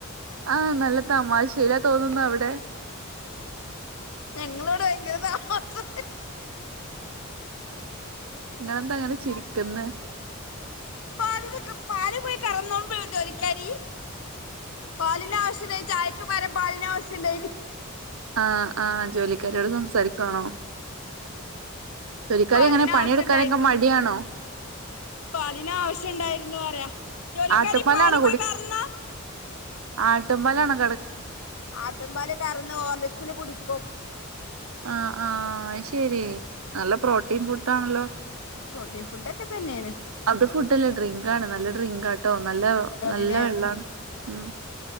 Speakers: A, on the right; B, on the left.
A: ആഹ് നല്ല തമാശേലെ തോന്നുന്നു അവിടെ?
B: ഞങ്ങളവ്ടെ ഭയങ്കര തമാശറിയാ
A: ഇങ്ങളെന്താ ഇങ്ങനെ ചിരിക്ക്ന്നെ?
B: പാല് ലൊക്കെ പാല് പോയി കറന്നോടീ ജോലിക്കാരി. പാലിന് ആവശ്യണ്ടായിനി ചായക്ക് പരാൻ പാലിന് ആവശ്യണ്ടായീനി
A: ആഹ് ആഹ് ജോലിക്കാരിയോട് സംസാരിക്കുവാണോ? ജോലിക്കരി
B: പാലിന്
A: എങ്ങനെ പണിയെടുക്കാനൊക്കെ
B: ആവശ്യണ്ടായിരുന്നു
A: മടിയാണോ?
B: പാലിന് ആവിശ്യം ഇണ്ടായിരുന്നു പറയാ ജോലിക്കാരി
A: ആട്ടുംപാലാണോ
B: പാല് പോയി കറന്നോ
A: ആട്ടും പാലാണോ കറ
B: ആട്ടും പാല് കറന്ന് ഓർലിക്സില് കുടിക്കും.
A: ആഹ് ആഹ് അഹ് ശരി നല്ല പ്രോട്ടീൻ ഫുഡാണല്ലോ?
B: പ്രോട്ടീൻ ഫുഡൊക്കെ തന്നെയാണ്
A: അത് ഫുഡല്ല ഡ്രിങ്ക് ആണ് നല്ല ഡ്രിങ്കാട്ടോ നല്ല നല്ല
B: ണല്ലേ
A: വെള്ളാണ്. ഉം